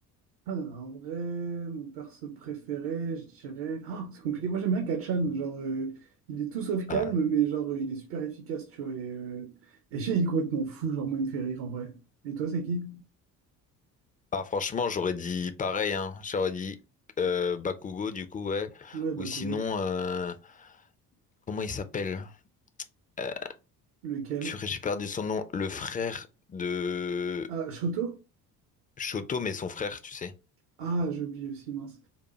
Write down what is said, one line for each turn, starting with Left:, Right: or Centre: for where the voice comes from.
Right: Ah, en vrai, mon perso préféré, je dirais. Ah, c'est compliqué. Moi, j'aime bien Kachan. Genre, euh, il est tout sauf calme,
Left: Ah.
Right: mais genre, euh, il est super efficace, tu vois. Et, euh, et Shay, il est complètement fou. Genre, moi, il me fait rire en vrai. Et toi, c'est qui?
Left: Ah, franchement, j'aurais dit pareil, hein. J'aurais dit euh, Bakugo, du coup, ouais.
Right: Ouais, Bakugo.
Left: Ou sinon, euh, comment il s'appelle? Euh,
Right: Lequel?
Left: purée, j'ai perdu son nom. Le frère de
Right: Ah, Shoto?
Left: Shoto, mais son frère, tu sais.
Right: Ah, j'ai oublié aussi, mince.